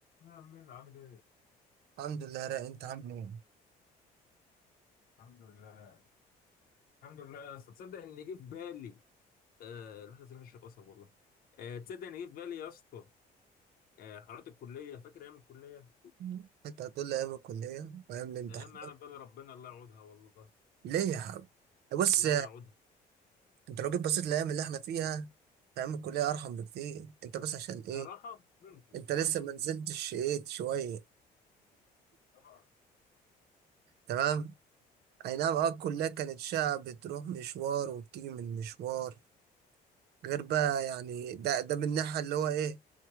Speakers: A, on the left; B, on the right.
A: يا عمين عامل ايه؟
B: الحمد لله يا رايق انت عامل ايه؟
A: الحمد لله الحمد لله يا اسطى تصدق ان جه في بالي آه رحله سينا الشيخ قصب والله آه تصدق ان جه في بالي يا اسطى آه حوارات الكليه فاكر ايام الكليه
B: مم. انت هتقول لي ايام الكليه وايام الامتحانات
A: ايام ما انا بقى ربنا الله يعودها والله
B: ليه يا حبيبي؟ بص
A: الله لا يعودها
B: انت لو جيت بصيت الايام اللي احنا فيها في ايام الكليه ارحم بكتير انت بس عشان ايه؟
A: كراحه ممكن
B: انت
A: كراحه
B: لسه ما
A: ممكن
B: نزلتش ايه شويه
A: طبعا
B: تمام؟ اي نعم اه الكليه كانت شقه بتروح مشوار وبتيجي من مشوار غير بقى يعني ده ده من الناحيه اللي هو ايه؟